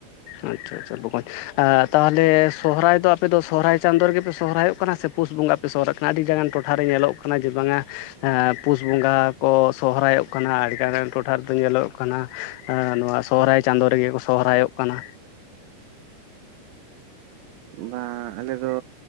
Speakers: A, on the left; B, on the right.
A: ᱟᱪᱪᱷᱟ ᱟᱪᱪᱷᱟ ᱵᱚᱠᱚᱧ᱾ ᱟᱨ ᱛᱟᱦᱞᱮ ᱥᱚᱦᱨᱟᱭ ᱫᱚ ᱟᱯᱮ ᱫᱚ ᱥᱚᱦᱨᱟᱭ ᱪᱟᱸᱫᱚ ᱨᱮᱜᱮᱯᱮ ᱥᱚᱦᱨᱟᱭᱚᱜ ᱠᱟᱱᱟ ᱥᱮ ᱯᱩᱥ ᱵᱚᱸᱜᱟ ᱯᱮ ᱥᱚᱦᱨᱟᱭᱚᱜ ᱠᱟᱱᱟ ᱟᱹᱰᱤ ᱜᱟᱱ ᱴᱚᱴᱷᱟᱨᱮ ᱧᱮᱞᱚᱜ ᱠᱟᱱᱟ ᱡᱮ ᱵᱟᱝᱟ ᱦᱮᱸ, ᱯᱩᱥ ᱵᱚᱸᱜᱟ ᱠᱚ ᱥᱚᱦᱨᱟᱭᱚᱜ ᱠᱟᱱᱟ, ᱟᱹᱰᱤᱜᱟᱱ ᱴᱚᱴᱷᱟ ᱨᱮᱫᱚ ᱧᱮᱞᱚᱜ ᱠᱟᱱᱟ ᱦᱮᱸ, ᱱᱚᱣᱟ ᱥᱚᱦᱨᱟᱭ ᱪᱟᱸᱫᱚ ᱨᱮᱜᱮ ᱠᱚ ᱥᱚᱦᱨᱟᱭᱚᱜ ᱠᱟᱱᱟ᱾
B: ᱚᱱᱟ ᱟᱞᱮ ᱫᱚ